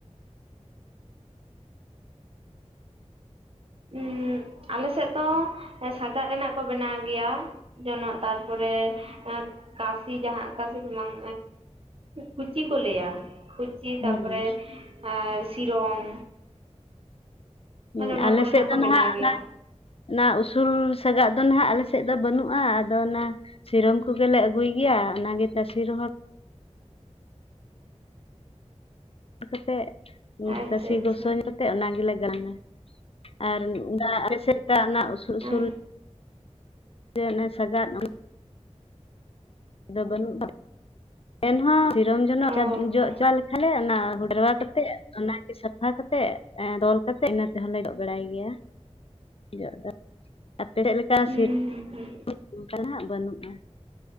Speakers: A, on the right; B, on the left.
A: ᱩᱸ ᱟᱞᱮᱥᱮᱫ ᱫᱚ ᱥᱟᱜᱟᱜ ᱨᱮᱱᱟᱜ ᱠᱚ ᱵᱮᱱᱟᱣ ᱜᱮᱭᱟ, ᱡᱚᱱᱚᱜ ᱛᱟᱨᱯᱚᱨᱮ ᱠᱟᱹᱥᱤ ᱡᱟᱦᱟᱸ ᱠᱟᱹᱥᱤ ᱫᱚ ᱵᱟᱝ ᱠᱩᱪᱤ ᱠᱚ ᱞᱟᱹᱭᱟ, ᱠᱩᱪᱤ ᱛᱟᱯᱚᱨᱮ
B: ᱦᱮᱸ
A: ᱟᱨ ᱥᱤᱨᱚᱢ
B: ᱦᱢ,
A: ᱢᱟᱱᱮ ᱚᱱᱟ
B: ᱟᱞᱮ
A: ᱠᱚᱨᱮᱱᱟᱜ
B: ᱥᱮᱫ ᱫᱚ
A: ᱠᱚ
B: ᱱᱟᱦᱟᱜ
A: ᱵᱮᱱᱟᱣ ᱜᱮᱭᱟ
B: ᱚᱱᱟ ᱚᱱᱟ ᱩᱥᱩᱞ ᱥᱟᱜᱟᱜ ᱫᱚ ᱱᱟᱦᱟᱜ ᱟᱞᱮᱥᱮᱫ ᱫᱚ ᱵᱟᱹᱱᱩᱜᱼᱟ ᱟᱫᱚ ᱚᱱᱟ ᱥᱤᱨᱚᱢ ᱠᱚᱜᱮ ᱞᱮ ᱟᱹᱜᱩᱭ ᱜᱮᱭᱟ ᱚᱱᱟᱜᱮ ᱛᱟᱥᱮ ᱨᱮᱦᱚᱲ ᱠᱟᱛᱮᱜ
A: ᱟᱪᱪᱷᱟ
B: ᱛᱟᱥᱮ
A: ᱟᱪᱪᱷᱟ
B: ᱜᱚᱥᱚ ᱧᱚᱜ ᱠᱟᱛᱮᱫ ᱚᱱᱟ ᱜᱮᱞᱮ ᱜᱟᱞᱟᱝ-ᱟ, ᱟᱨ ᱫᱟᱜ ᱨᱮᱥᱮ ᱫᱟᱜ ᱚᱱᱟ ᱩᱥᱩᱞ
A: ᱦᱮᱸ
B: ᱩᱥᱩᱞ ᱥᱮ ᱚᱱᱮ ᱥᱟᱜᱟᱫ ᱟᱫᱚ ᱵᱟᱹᱱᱩᱜ-ᱟ, ᱮᱱᱦᱚᱸ ᱥᱤᱨᱚᱢ ᱡᱚᱱᱚᱜ
A: ᱚ
B: <unintelligible>
A: ᱦᱚᱸ
B: ᱡᱚᱜ ᱪᱟᱞ ᱛᱟᱦᱚᱞᱮ ᱚᱱᱟ ᱦᱩᱰᱨᱟ ᱠᱟᱛᱮᱜ ᱚᱱᱟ ᱜᱮ ᱥᱟᱯᱷᱟ ᱠᱟᱛᱮᱜ ᱛᱚᱞ ᱠᱟᱛᱮᱜ ᱤᱱᱟᱹ ᱛᱮᱦᱚ ᱞᱮ ᱡᱚᱜ ᱵᱟᱲᱟᱭ ᱜᱮᱭᱟ ᱡᱚᱜ ᱫᱚ ᱟᱯᱲᱮᱜ ᱞᱮᱠᱟ
A: ᱦᱩᱸ ᱦᱩᱸ ᱦᱩᱸ
B: <unintelligible> ᱵᱟᱹᱱᱩᱜ-ᱟ ᱾